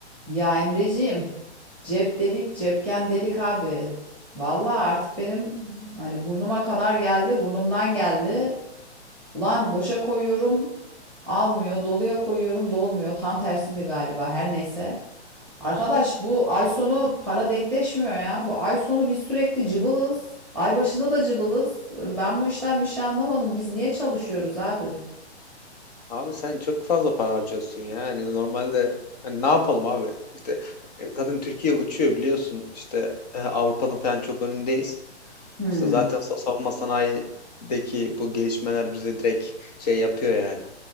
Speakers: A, in the centre; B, on the left.
A: Ya Emreciğim, cep delik, cepken delik abi. Vallahi artık benim hani burnuma kadar geldi, burnumdan geldi. Ulan boşa koyuyorum, almıyor, doluya koyuyorum, dolmuyor. Tam tersiydi galiba, her neyse. Arkadaş bu ay sonu para denkleşmiyor ya. Bu ay sonu biz sürekli cıbılız. Ay başında da cıbılız. Ben bu işten bir şey anlamadım. Biz niye çalışıyoruz abi?
B: Abi sen çok fazla para harcıyorsun ya. Yani normalde hani ne yapalım abi? İşte e, zaten Türkiye uçuyor biliyorsun. İşte e, Avrupa'nın falan çok önündeyiz.
A: Hmm.
B: İşte zaten sa- savunma sanayideki bu gelişmeler bize direkt şey yapıyor yani.